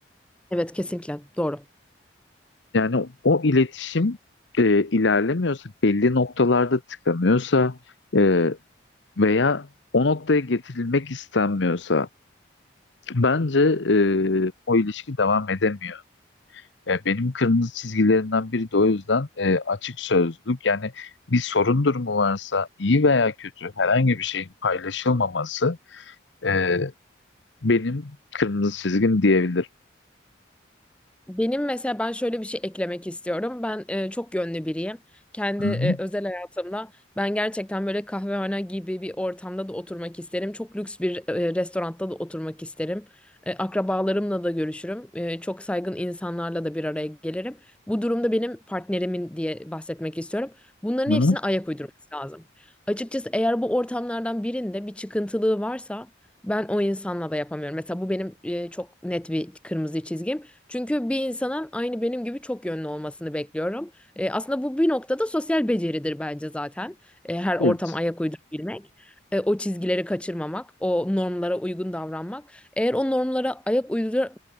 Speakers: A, in the centre; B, on the left (about 70°).
A: Evet kesinlikle doğru.
B: Yani o iletişim e, ilerlemiyorsa, belli noktalarda tıkanıyorsa e, veya o noktaya getirilmek istenmiyorsa Bence e, o ilişki devam edemiyor. E, benim kırmızı çizgilerimden biri de o yüzden e, açık sözlülük. Yani bir sorun durumu varsa iyi veya kötü herhangi bir şeyin paylaşılmaması e, benim kırmızı çizgim diyebilirim.
A: Benim mesela ben şöyle bir şey eklemek istiyorum. Ben e, çok yönlü biriyim. Kendi
B: Hı
A: e,
B: hı.
A: özel hayatımda ben gerçekten böyle kahvehane gibi bir ortamda da oturmak isterim. Çok lüks bir e, restoranda da oturmak isterim. E, akrabalarımla da görüşürüm. E, çok saygın insanlarla da bir araya gelirim. Bu durumda benim partnerimin diye bahsetmek istiyorum. Bunların
B: Hı
A: hepsine
B: hı.
A: ayak uydurması lazım. Açıkçası eğer bu ortamlardan birinde bir çıkıntılığı varsa ben o insanla da yapamıyorum. Mesela bu benim e, çok net bir kırmızı çizgim. Çünkü bir insanın aynı benim gibi çok yönlü olmasını bekliyorum. E, aslında bu bir noktada sosyal beceridir bence zaten. E, her ortama
B: Evet.
A: ayak uydurabilmek. E, o çizgileri kaçırmamak, o normlara uygun davranmak. Eğer o normlara ayak uydura